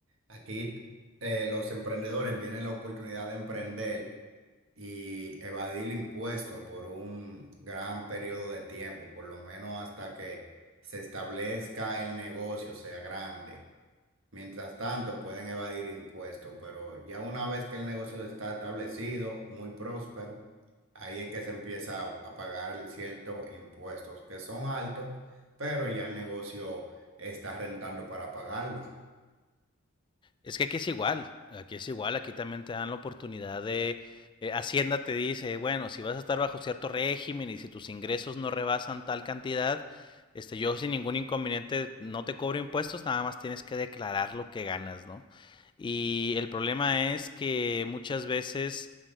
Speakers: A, on the right; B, on the left.
A: aquí eh, los emprendedores tienen la oportunidad de emprender y evadir el impuesto por un gran periodo de tiempo, por lo menos hasta que se establezca el negocio, sea grande. Mientras tanto, pueden evadir impuestos, pero ya una vez que el negocio está establecido, muy próspero, ahí es que se empieza a, a pagar ciertos impuestos que son altos, pero ya el negocio está rentando para pagarlo.
B: Es que aquí es igual, aquí es igual, aquí también te dan la oportunidad de, eh, Hacienda te dice, bueno, si vas a estar bajo cierto régimen y si tus ingresos no rebasan tal cantidad, este, yo sin ningún inconveniente no te cobro impuestos, nada más tienes que declarar lo que ganas, ¿no? Y el problema es que muchas veces